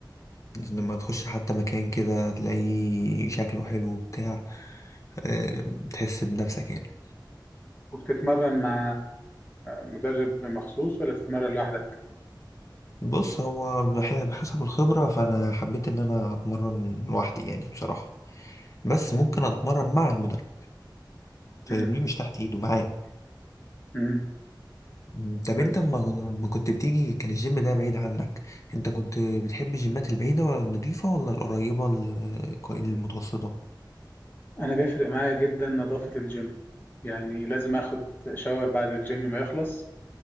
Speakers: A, on the left; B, on the left.
A: لما تخش حتى مكان كده تلاقيه شكله حلو بتاع آه، تحس بنفسك يعني
B: وبتتمرن مع مدرب مخصوص ولا بتتمرن لوحدك
A: بص هو بح- بحسب الخبرة فأنا حبيت إن أنا أتمرن لوحدي يعني بصراحة بس ممكن أتمرن مع المدرب فاهمني
B: امم
A: مش تحت إيده معاه
B: امم
A: مم، طب
B: كويس
A: انت ما ما كنت بتيجي كان الجيم ده بعيد عنك انت كنت بتحب الجيمات البعيدة ولا النضيفة ولا القريبة ال- كوي- المتوسطة
B: انا بيفرق معايا جدا نظافة الجيم يعني لازم اخد شاور بعد الجيم ما يخلص